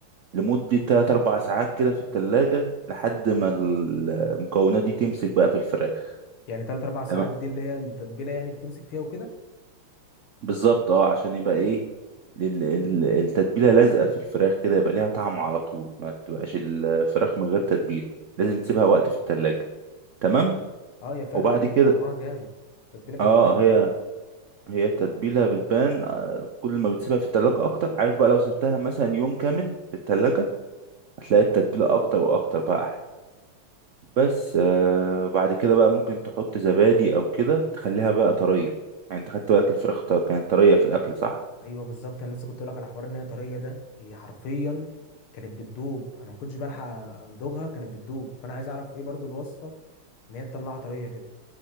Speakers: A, on the right; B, on the left.
A: لمدة تلات أربع ساعات كده في التلاجة لحد ما المكونات دي تمسك بقى في الفراخ
B: يعني ثلاث اربع ساعات
A: تمام
B: دي اللي هي التتبيله يعني بتمسك فيها وكده
A: بالظبط اه عشان يبقى ايه لل- ال- التتبيلة لازقة في الفراخ كده يبقى ليها طعم على طول ما تبقاش الفراخ من غير تتبيلة لازم تسيبها وقت في التلاجة تمام
B: اه هي فعلا
A: وبعد
B: كانت
A: كده
B: طعمها جامد التتبيله كانت
A: اه
B: باينه
A: هي
B: فيها
A: هي التتبيلة بتبان آه، كل ما بتسيبها في التلاجة أكتر عارف بقى لو سبتها مثلا يوم كامل في التلاجة هتلاقي التتبيلة أكتر وأكتر بقى أحلى بس آه، بعد كده بقى ممكن تحط زبادي أو كده تخليها بقى طرية يعني أنت خدت بالك الفراخ ط- كانت طرية في الأكل صح؟
B: ايوه بالظبط انا لسه كنت اقول لك على حوار ان هي طريه ده هي حرفيا كانت بتدوب انا ما كنتش بلحق امضغها كانت بتدوب فانا عايز اعرف ايه برضو الوصفه ان هي تطلعها طريه كده